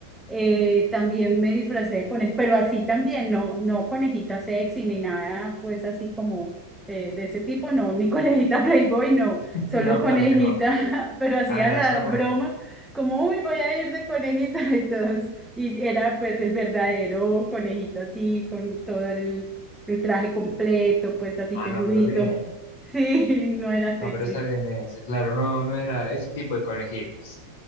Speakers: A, in the centre; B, on the left (about 55°).
A: eh, también me disfracé de conejo, pero así también, no, no conejita sexy ni nada, pues así como eh, de ese tipo, no, ni <laughs> conejita Playboy, no,
B: <laughs>
A: solo
B: No,
A: conejita,
B: claro que no.
A: <laughs> pero hacía
B: Ah,
A: la
B: no, está bueno.
A: broma, como, uy, voy a ir de conejita <laughs> y todos y era pues el verdadero conejito así, con todo el, el traje completo, pues así
B: Ah,
A: peludito.
B: no, pero bien.
A: <laughs> Sí, no era
B: No,
A: sexy.
B: pero está bien ese, claro, no, no era ese tipo de conejitos.